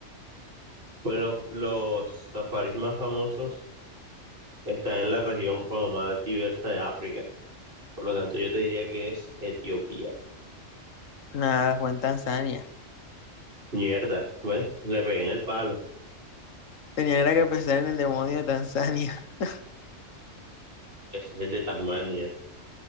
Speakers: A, on the right (about 50°); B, on the left (about 80°).
A: Pues lo- los safaris más famosos están en la región como más diversa de África. Por lo tanto, yo te diría que es Etiopía.
B: Nada, fue en Tanzania.
A: Mierda. Bueno, le pegué en el palo.
B: Tenía era que pensar en el demonio de Tanzania. <laughs>
A: Ese es el de Tasmania.